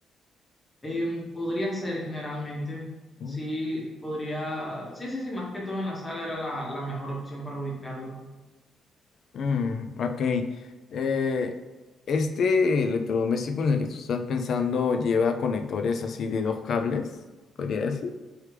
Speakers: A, on the left; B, on the left.
A: Em, podría ser generalmente,
B: Mm.
A: sí, podría, sí, sí, sí, más que todo en la sala era la, la mejor opción para ubicarlo.
B: Mm, ok. Eh, este electrodoméstico en el que tú estás pensando lleva conectores así de dos cables, podría decir.